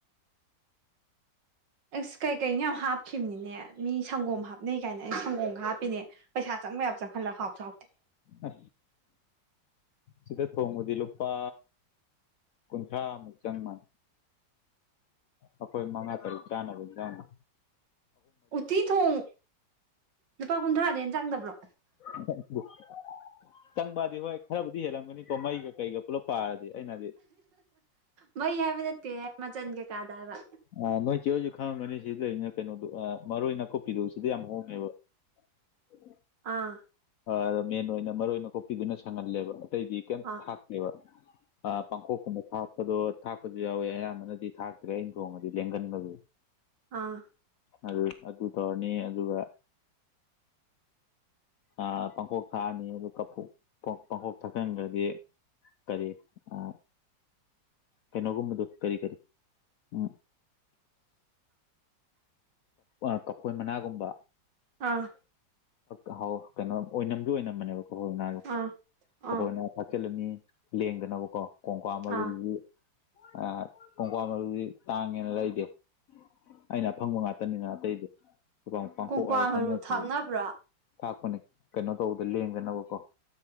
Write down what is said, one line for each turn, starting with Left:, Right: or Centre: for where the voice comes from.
Right: ꯑꯩꯁ ꯀꯩꯀꯩꯅꯣ ꯌꯥꯝ ꯍꯥꯞꯈꯤꯕꯅꯤꯅꯦ ꯃꯤ ꯁꯪꯒꯣꯝ ꯍꯥꯞꯅꯩ ꯀꯥꯏꯅ ꯑꯩ ꯁꯪꯒꯣꯝ ꯍꯥꯞꯄꯤꯅꯦ ꯄꯩꯁꯥ ꯆꯪꯕ ꯌꯥꯕ ꯆꯪꯍꯟꯂꯒ ꯍꯥꯎꯁꯨ ꯍꯥꯎꯇꯦ
Left: ꯑ ꯁꯤꯗ ꯊꯣꯡꯕꯗꯤ ꯂꯨꯄꯥ ꯀꯨꯟꯊ꯭ꯔꯥ ꯃꯨꯛ ꯆꯪ ꯃꯥꯟ ꯑꯈꯣꯏ ꯃꯉꯥ ꯇꯔꯨꯛ ꯆꯥꯅꯕ ꯌꯥꯅ ꯏꯟꯖꯥꯡꯗ
Right: ꯎꯠꯇꯤ ꯊꯣꯡ ꯂꯨꯄꯥ ꯀꯨꯟꯊ꯭ꯔꯥꯗꯩ ꯍꯦꯟ ꯆꯪꯗꯕ꯭ꯔꯣ
Left: <unintelligible> ꯆꯪꯕꯗꯤ ꯍꯣꯏ ꯈꯔꯕꯨꯗꯤ ꯍꯦꯜꯂꯝꯒꯅꯤꯀꯣ ꯃꯩꯒ ꯀꯩꯒ ꯄꯨꯜꯂꯞ ꯄꯥꯔꯗꯤ ꯑꯩꯅꯗꯤ ꯍꯥꯏꯗꯤ
Right: ꯃꯩ ꯍꯥꯏꯕ ꯅꯠꯇꯦꯍꯦ ꯃꯆꯟ ꯀꯩꯀꯥꯗ ꯍꯥꯏꯕ
Left: ꯑ ꯅꯣꯏ ꯆꯦ ꯍꯣꯏꯁꯨ ꯈꯪꯉꯝꯒꯅꯤ ꯁꯤꯗ ꯂꯩꯔꯤꯅꯤꯅ ꯀꯩꯅꯣꯗꯣ ꯑ ꯃꯔꯣꯏ ꯅꯥꯀꯨꯞꯄꯤꯗꯨ ꯁꯤꯗ ꯌꯥꯝ ꯍꯣꯡꯉꯦꯕ ꯎꯝ
Right: ꯑꯥ
Left: ꯑꯗ ꯃꯦꯟ ꯑꯣꯏꯅ ꯃꯔꯣꯏ ꯅꯀꯨꯞ ꯄꯤꯗꯨꯅ ꯁꯪꯍꯜꯂꯦꯕ ꯑꯇꯩꯗꯤ ꯀꯩꯝ
Right: ꯑꯥ
Left: ꯊꯥꯛꯇꯦꯕ ꯑꯥ ꯄꯥꯡꯈꯣꯛꯀꯨꯝꯕ ꯊꯥꯛ ꯑꯗꯣ ꯊꯥꯛꯄꯁꯨ ꯌꯥꯎꯋꯦ ꯑꯌꯥꯝꯕꯅꯗꯤ ꯊꯥꯛꯇ꯭ꯔꯦ ꯑꯩꯅ ꯊꯣꯡꯉꯗꯤ ꯂꯦꯡꯒꯟꯕꯒꯤ
Right: ꯑꯥ
Left: ꯑꯗꯨ ꯑꯗꯨ ꯇꯧꯔꯅꯤ ꯑꯗꯨꯒ ꯑꯥ ꯄꯥꯡꯈꯣꯛ ꯊꯥꯛꯑꯅꯤ ꯑꯗꯨꯒ ꯄꯥꯡꯈꯣꯛ ꯊꯥꯛꯆꯟꯈ꯭ꯔꯗꯤ ꯀꯔꯤ ꯑ ꯀꯩꯅꯣꯒꯨꯝꯕꯗꯣ ꯀꯔꯤ ꯀꯔꯤ ꯎꯝ ꯑꯁ ꯑ ꯀꯐꯣꯏ ꯃꯅꯥꯒꯨꯝꯕ
Right: ꯑꯥ
Left: ꯑꯍꯧ ꯀꯩꯅꯣ ꯑꯣꯏꯅꯝꯗꯨ ꯑꯣꯏꯅꯝꯕꯅꯦꯕ ꯀꯐꯣꯏ ꯃꯅꯥꯁꯦ
Right: ꯑꯥ
Left: ꯀꯐꯣꯏ
Right: ꯑꯥ
Left: ꯃꯅ ꯊꯥꯛꯆꯤꯜꯂꯅꯤ ꯂꯦꯡꯗꯅꯕꯀꯣ ꯀꯣꯡꯀ ꯃꯔꯨꯗꯨꯗꯤ
Right: ꯑꯥ
Left: ꯑ ꯀꯣꯡꯀ꯭ꯋꯥ ꯃꯔꯨꯗꯨꯗꯤ ꯇꯥꯡꯉꯦꯅ ꯂꯩꯗꯦ ꯑꯩꯅ ꯑꯐꯪꯕ ꯉꯥꯛꯇꯅꯤꯅ ꯑꯇꯩꯗꯤ ꯄꯥꯡꯊꯣꯛ
Right: ꯀꯣꯡꯀ꯭ꯋꯥ
Left: ꯍꯥꯏꯔꯦ ꯐꯪꯉꯍꯧ
Right: ꯃꯔꯨ ꯊꯥꯛꯅꯕ꯭ꯔꯣ
Left: ꯍꯧꯏ ꯊꯥꯛꯄꯅꯦ ꯀꯩꯅꯣ ꯇꯧꯕꯗꯣ ꯂꯦꯡꯗꯅꯕꯀꯣ